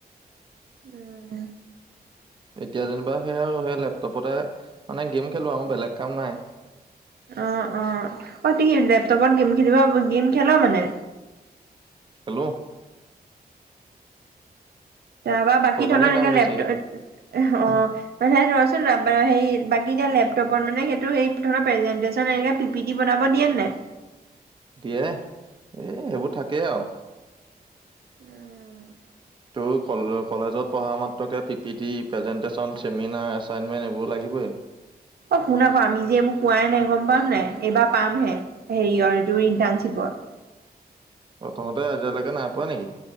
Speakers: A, on the right (about 75°); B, on the right (about 30°).
A: উম।
B: এতিয়া যেনিবা সেয়া আৰু সেই লয়। লেপটপতে মানে গেম খেলো আৰু বেলেগ কাম নাই
A: অ অ অ তুমি লেপটপত গেম খেলিব গেম খেল মানে
B: খেলো
A: তাৰপৰা বাকী
B: সৌ
A: ধৰণৰ
B: কাৰণে দাম
A: এনে
B: বেছি
A: লেপটপ অ মানে ধৰাচোন হ বাকী এতি লেপটপত মানে সেইটো প্ৰেজেটন এনে পি পিটি বনাব দিয়ে নাই?
B: দিয়ে এ সেইবোৰ থাকেই আৰু
A: উম
B: তোৰ ক কলেজত পঢ়া মাত তই কা P PPT presentation seminar assignment এইবোৰ লাগিবেই।
A: অ শুন আকৌ আমি যে এইবোৰ পোৱাই নাই গম পাও নাই এইবাৰ পামহে হেৰিৰ এইটো ইণ্টাৰ্ণশ্বিপত।
B: অ তহঁতে এতিয়ালৈকে নাই পোৱা নেকি?